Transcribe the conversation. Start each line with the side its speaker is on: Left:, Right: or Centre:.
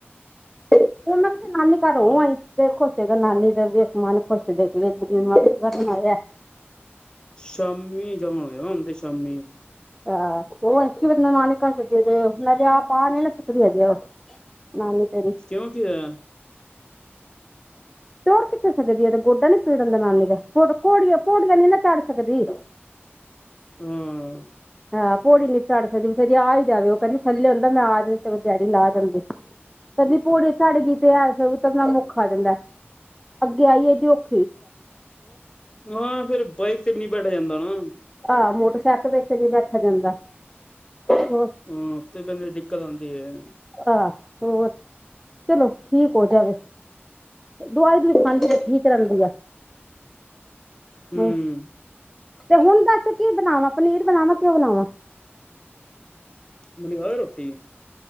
Centre: ਉਹ ਮੈਂ ਨਾਨੀ ਘਰ ਹੋ
Left: ਹਾਂ।
Centre: ਆਈ ਤੇ ਖੁਸ਼ ਕੇਹਣਦਾ ਨਾਨੀ ਦਾ ਵੀਖ ਮਨ ਖੁਸ਼ ਦੇਖ ਦੇਖ ਜੀਵਾ।
Left: ਸ਼ਾਮੀ ਜਮਾ ਹੋਏਗਾ ਹੁਣ ਤੇ ਸ਼ਾਮੀ।
Centre: ਆਹ ਉਹ ਅੀ ਬਦ ਮਾਂ ਨੇ ਘਰ ਸਦੀ ਲਜ ਆਹ ਪਾ ਨ ਨਾ ਸੁਿੱਦੀ ਹੈਜ ਉਹ <unintelligible> ਨਾਨੀ ਤੇਰੀ
Left: ਕਿੳ ਕਿ ਹੋਇਆ।
Centre: ਤੋਰ ਕਿੱਥੇ ਸਕਦੀ ਇਹ ਗੋਡਾ ਨੀ ਪੀੜ ਹੁੰਦਾ ਨਾਨੀ ਦਾ ਪੋੜੀਆਂ ਪੋੜੀਆਂ ਨੀ ਨਾ ਚਾੜ ਸਕਦੀ।
Left: ਹਮ।
Centre: ਹਾਂ ਭੋੜੀ ਨੀ ਚੜ ਸਕਦੀੇ ਜ ਆ ਹੀ ਜਾਵੇ ਉਹ ਕਹਿੰਦੀ ਥੱਲੇ ਹੁੰਦਾ ਮੈਂ ਆ ਜਾਂ ਤੇ ਡੈਡੀ ਲਾ ਦਿੰਦੀ। ਕਦੀ ਪੋੜੀ ਚਾੜ੍ਹ ਗੀ ਤੇ ਹੈ ਤੇ ਫਿਰ ੳਤਰਣਾ ਮੁਖਾ ਹੋ ਜਾਣਦੇ ਅੱਗੇ ਆਈਏ ਜੇ ੳ।
Left: ਹਾਂ ਫਿਰ ਬਾਈਕ ਤੇ ਵੀ ਨੀ ਬੈਠਾ ਜਾਂਦਾ ਨਾ।
Centre: ਹ ਮੋਟਰਸਾਈਕਲ ਵਿੱਚ ਨਹੀਂ ਬੈਠਾ ਜਾਂਦਾ। ਹੋਰ
Left: ਹਮ ਤੇ ਬੇੰਦੇ ਦਿੱਕਤ ਆਉਂਦੀ ਹੈ।
Centre: ਹੋਰ ਚਲੋ ਠੀਕ ਹੋ ਜਾਵੇ। ਦਵਾਈ ਦੁਵੁਈ ਖਾਂਦੀ ਠੀਕ ਰਹਿੰਦੀ ਆ।
Left: ਹਮ।
Centre: ਹੂੰ ਤੇ ਹੁਣ ਦੱਸ ਕੀ ਬਣਾਵਾਂ ਪਨੀਰ ਬਣਾਵਾਂ ਕਿ ਉ ਬਣਾਵਾਂ।
Left: ਮਨੀ ਖਾ ਗਿਆ ਰੋਟੀ।